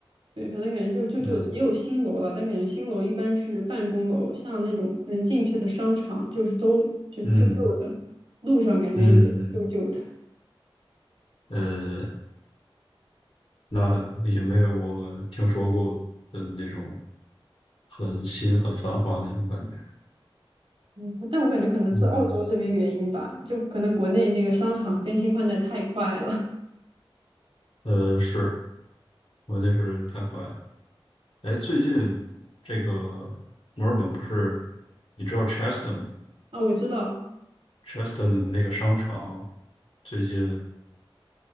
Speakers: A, on the right; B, on the left.
A: 对，反正感觉就旧旧的，
B: 嗯
A: 也有新楼了，但感觉新楼一般是办公楼，像那种能进去的商场，就是都就旧旧的，
B: 嗯
A: 路上感觉也旧旧的。
B: 嗯嗯，呃，那也没有我听说过的那种很新很繁华的那种感觉。
A: 嗯，但我感觉可能是澳洲这边原因吧，
B: 嗯，
A: 就可能国内那个商场更新换代太快了。
B: 呃，是，我那是太快了。哎，最近这个墨尔本不是，你知道 Cheston
A: <laughs> 啊，我知道，
B: Cheston 的那个商场最近，